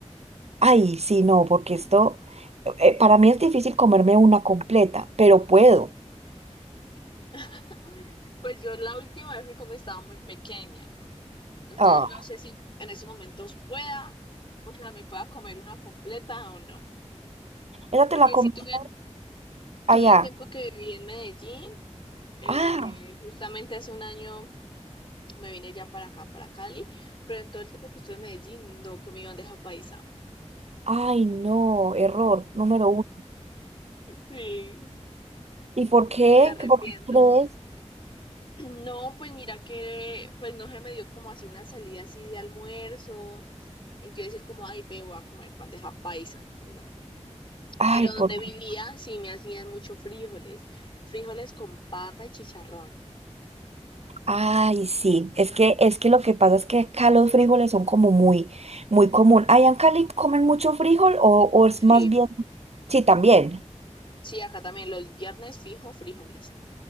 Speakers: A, on the right (about 60°); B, on the left (about 45°).
A: Ay, sí, no, porque esto, eh, para mí es difícil comerme una completa, pero puedo.
B: <laughs> Pues yo la última vez que comí estaba muy pequeña. Entonces
A: Ah,
B: no sé si en estos momentos pueda, o sea, me pueda comer una completa o no.
A: esa
B: Porque
A: te la comiste
B: sí tuve, un- tuve
A: allá.
B: un tiempo que viví en Medellín. eh,
A: Ah,
B: justamente hace un año me vine ya para acá, para Cali. Pero en todo el tiempo que estuve en Medellín no comí bandeja paisa.
A: ay, no, error número uno.
B: <laughs> sí,
A: ¿Y por qué?
B: me arrepiento.
A: ¿Por qué crees?
B: <clears throat> No, pues mira que pues no se me dio como así una salida así de almuerzo y yo decir como, ay, ve, voy a comer bandeja paisa, no.
A: Ay,
B: Pero
A: ¿por
B: donde
A: qué?
B: vivía sí me hacían mucho frijoles, frijoles con pata y chicharrón.
A: Ay, sí, es que, es que lo que pasa es que acá los frijoles son como muy, muy común. ¿Allá en Cali comen mucho frijol o, o es más
B: Sí,
A: bien? Sí, también.
B: sí, acá también los viernes fijo frijoles.